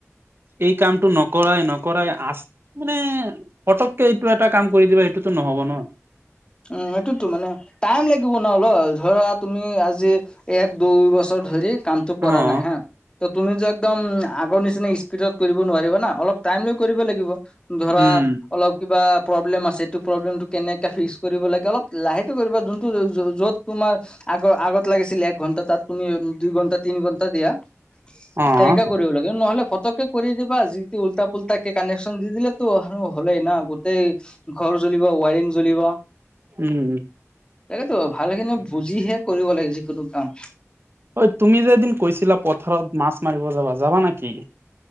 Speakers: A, on the right; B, on the left.
A: এই কামটো নকৰাই নকৰাই আ মানে পটককে এইটো এটা কাম কৰি দিবা এইটোতো নহব ন
B: উম এইটোতো মানে টাইম লাগিব ন অলপ ধৰা তুমি আজি এক দুই বছৰ ধৰি কামটো
A: অ',
B: কৰা নাই হা তুমিতো একদম আগৰ নিচিনা স্পীডত কৰিব নোৱাৰিবা না অলপ টাইম লৈ কৰিব লাগিব ধৰা
A: উম,
B: অলপ কিবা প্ৰব্লেম আছে প্ৰব্লেমটো কেনেকে কৰিব লাগে অলপ লাহেকে কৰিব যোনটো য'ত তোমাৰ আগ আগত লাগিছিল এক ঘন্টা তাত তুমি দুই ঘন্টা তিনি ঘন্টা দিয়া
A: অ'।
B: তেনেকা কৰিব লাগে নহলে পতককে কৰি দিবা যি উল্টা পুল্টা কে কানেক্যন দি দিলে তো হলেই না গোটেই ঘৰ জ্বলিব ৱাইাৰিং জলিব
A: উম
B: তাকেতো ভালখিনি বুজিহে কৰিব লাগে যিকোনো কাম
A: অ তুমি যে এদিন কৈছিলা পথাৰত মাছ মাৰিব যাবা যাবা নেকি